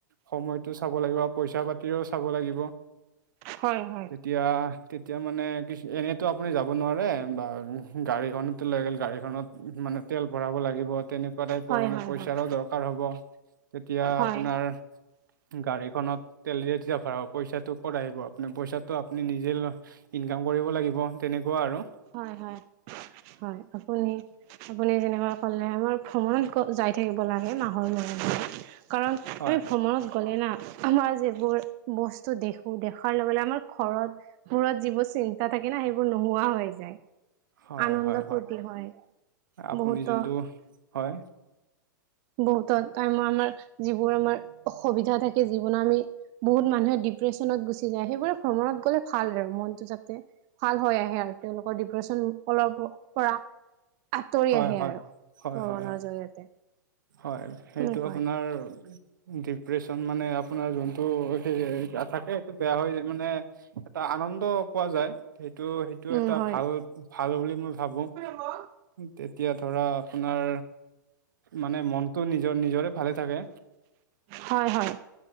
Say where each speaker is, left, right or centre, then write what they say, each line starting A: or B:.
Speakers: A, on the right (about 75°); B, on the right (about 45°).
A: সময়তটো চাব লাগিব, পইচা পাতিও চাব লাগিব।
B: হয় হয় হয়
A: তিতিয়া তি এতিয়া মানে কিছু এনেইতো আপুনি যাব নোৱাৰে বা গাড়ীখন লৈ গ'ল গাড়ীখনত মানে তেল ভৰাব লাগিব, তেনে নেকুৱা টাইপৰ
B: হয়
A: মানে
B: হয়
A: পইচাৰো দৰকাৰ হ'ব, তেতিয়া
B: হয়
A: আপোনাৰ গাড়ীখনত তেল যেতিয়া ভৰাব পইচাটো ক'ত আহিব আপুনি পইচাটো আপুনি নিজে ল ইনকাম কৰিব লাগিব তেনেকুৱা আৰু।
B: হয় হয় হয়, আপুনি আপুনি যেনেকা ক'লে আমাৰ ভ্ৰমণত গৈ যাই থাকিব লাগে, মাহৰ মূৰে মূৰে। কাৰণ
A: হয়
B: এই ভ্ৰমণত গলে না আমাৰ যিবোৰ বস্তু দেখো দেখাৰ লগে লগে আমাৰ ঘৰত মূৰত যিবোৰ চিন্তা থাকে না সেইবোৰ নোহোৱা হৈ যায়।
A: হয়
B: আনন্দ
A: হয়
B: ফূৰ্তি হয়।
A: আপুনি
B: বহুতো
A: যোনটো হয়।
B: বহুতো তাৰমানে যিবোৰ আমাৰ অসুবিধা থাকে জীৱনৰ আমি বহুত মানুহে ডিপ্ৰেশনত গুচি যায়, সেইবোৰে ভ্ৰমণত গ'লে ভাল আৰু মনটো যাতে ভাল হয় আহে আৰু, তেওঁলোকৰ ডিপ্ৰেচন অলপ পৰা আঁতৰি
A: হয়
B: আহে আৰু
A: হয় হয়
B: ভ্ৰমণৰ
A: হয় হয়
B: জৰিয়তে।
A: হয়, সেইটো
B: সেনেকৈ
A: আপোনাৰ ডিপ্ৰেশ্যন মানে আপোনাৰ যোনটো সেই এ থাকে সেইটো বেয়া হৈ যা মানে এটা আনন্দ পোৱা যায়। সেইটো সেইটো
B: উম
A: এটা
B: হয়।
A: ভাল ভাল বুলি মই ভাবো।
B: <inaudible>
A: তেতিয়া ধৰা আপোনাৰ মানে মনটো নিজৰ নিজৰে ভালে থাকে।
B: হয় হয়।